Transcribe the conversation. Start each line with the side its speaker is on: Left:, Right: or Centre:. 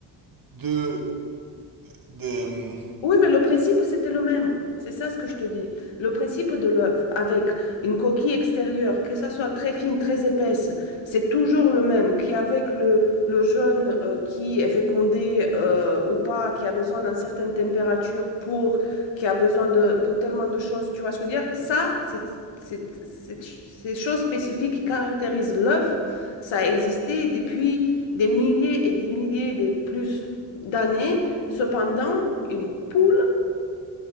Right: de... de... mm,
Left: Oui, mais le principe, c'était le même. C'est ça ce que je te dis. Le principe de l'œuf avec une coquille extérieure, que ça soit très fine, très épaisse, c'est toujours le même. Qu'avec le, le jeune euh, qui est fécondé euh, ou pas, qui a besoin d'une certaine température pour, qui a besoin de, de tellement de choses, tu vois ce que je veux dire? Ça, c'est, c'est- c'est- ces choses spécifiques qui caractérisent l'œuf, ça a existé depuis des milliers et des milliers de plus d'années. Cependant, une poule